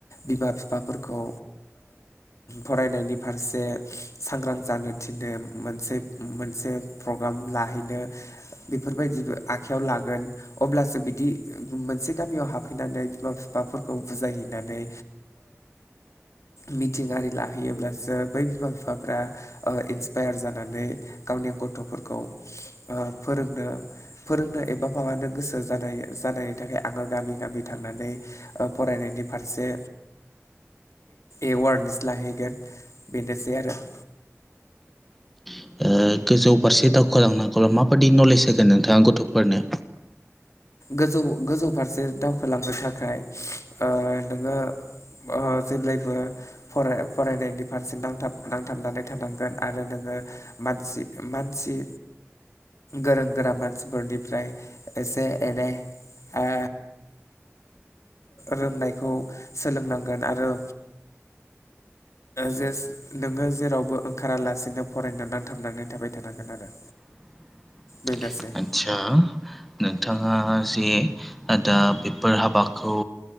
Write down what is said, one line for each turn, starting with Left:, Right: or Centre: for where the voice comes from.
Left: बिमा बिफाफोरखौ फरायनायनि फारसे सांग्रां जानो थिननो मोनसे मोनसे प्रग्राम लाहैनो बेफोरबायदिबो आखायाव लागोन अब्लासो बिदि मोनसे गामियाव हाबफैनानै बिमा बिफाफोरखौ बुजायहैनानै मिथिं आरि लाहैयोब्लासो बै बिमा बिफाफ्रा इन्सपायार जानानै गावनि गथ'फोरखौ फोरोंनो फोरोंनो एबा माबानो गोसो जानाय जानायनि थाखाय आङो गामि गामि थांनानै फरायनायनि फारसे एवारनेस लाहैगोन बेनोसै आरो
Centre: ओ गोजौ फारसे दावखालांनांगौब्ला माबायदि नलेज होगोन नोंथाङा गथ'फोरनो
Left: गोजौ गोजौ फारसे दावखोलांनो थाखाय नोङो ओ जेब्लाबो फराय फरायनायनि फारसे नांथाब नांथाबनानै थानांगोन आरो नोङो मानसि मानसि गोरों गोरा मानसिफोरनिफ्राय एसे एनै ओ रोंनायखौ सोलोंनांगोन आरो जे नोङो जेरावबो ओंखारालासेनो फरायनानै थांनानै थाबाय थानांगोन आरो
Centre: <inaudible>
Left: बेनोसै
Centre: आदसा नोंथाङा जे दा बेफोर हाबाखौ